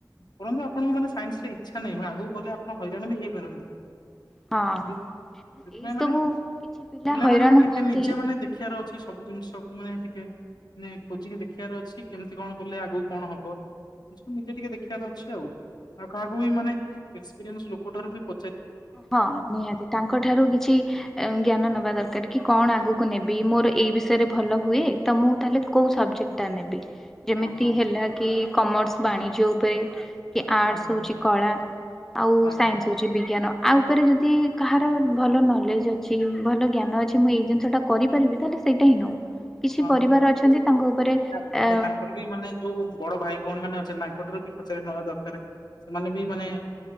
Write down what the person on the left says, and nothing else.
ପରନ୍ତୁ ଆପଣଙ୍କୁ ମାନେ ସାଇନ୍ସ ରେ ଇଚ୍ଛା ନାହିଁ ମୋର ଆଗକୁ ଗଲେ ଆପଣ ହଇରାଣ ବି ହେଇପାରନ
ସେ ସେଥିପାଇଁ
ମାନେ
ପିଲାମାନଙ୍କୁ
ଟିକେ
ନିଜେ ମାନେ ଦେ ଶିକ୍ଷାର ଅଛି ସବୁ ଜିନିଷକୁ ମାନେ ଟିକେ ନାଁଏ ଖୋଜିକି ଦେଖିବାର ଅଛି କେମିତି କଣ କଲେ ଆଗକୁ କଣ ହବ। ଏ ସବୁ ନିଜେ
ଟିକେ ଦେଖିବାର ଅଛି ଆଉ ଆଉ କାହାକୁ ବି ମାନେ ଏକ୍ସପିରିଏନ୍ସ ଲୋକଠାରୁ ବି ପ
ହଁ
ହଁ
ହଁ
ହଁ
ତାଙ୍କର ବି ମାନେ ଯୋଉ ବଡ ଭାଇ ଭଉଣୀ ମାନେ ସେମାନଙ୍କଠାରୁ ବି ପଚାର ନବା ଦରକାର ସେମାନେ ବି ମାନେ